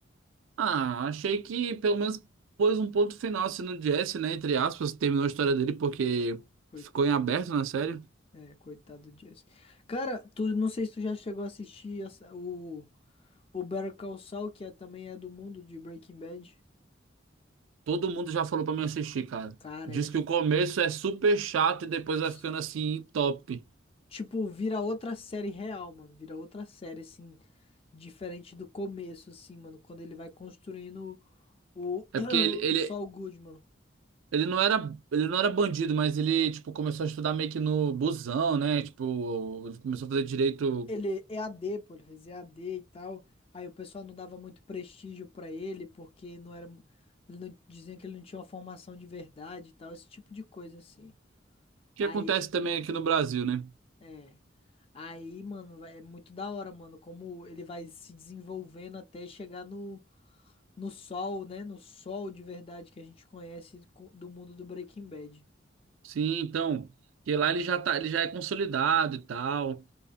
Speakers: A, on the right; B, on the left.
A: Ah, achei que pelo menos pôs um ponto final assim no Jesse, né? Entre aspas, terminou a história dele porque
B: Coitado,
A: ficou em aberto
B: né?
A: na série.
B: É, coitado do Jesse. Cara, tu não sei se tu já chegou a assistir essa- o, o Better Call Saul, que é- também é do mundo de Breaking Bad.
A: Todo mundo já falou pra mim assistir, cara.
B: Cara,
A: Diz
B: é. f-
A: que o começo é super chato e depois
B: Isso.
A: vai ficando assim, top.
B: Tipo, vira outra série real, mano. Vira outra série, assim, diferente do começo, assim, mano. Quando ele vai construindo o,
A: É
B: <clears throat>
A: porque ele, ele,
B: o Saul Goodman.
A: Ele não era, ele não era bandido, mas ele, tipo, começou a estudar meio que no busão, né? Tipo, ele começou a fazer direito, O
B: Ele é EAD, pô, ele fez EAD e tal. Aí o pessoal não dava muito prestígio pra ele, porque não era. ele não- diziam que ele não tinha uma formação de verdade e tal, esse tipo de coisa assim.
A: que
B: Aí,
A: acontece também aqui no Brasil, né?
B: é. Aí, mano, vai- é muito da hora, mano, como ele vai se desenvolvendo até chegar no, no sol, né? No sol de verdade que a gente conhece co- do mundo do Breaking Bad.
A: Sim, então, que lá ele já tá, ele já é consolidado e tal.